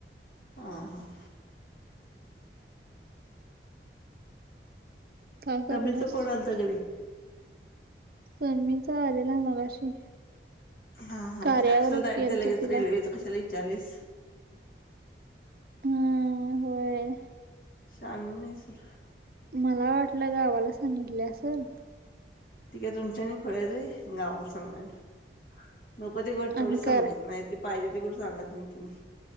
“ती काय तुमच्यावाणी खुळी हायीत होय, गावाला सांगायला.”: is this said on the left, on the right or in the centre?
Left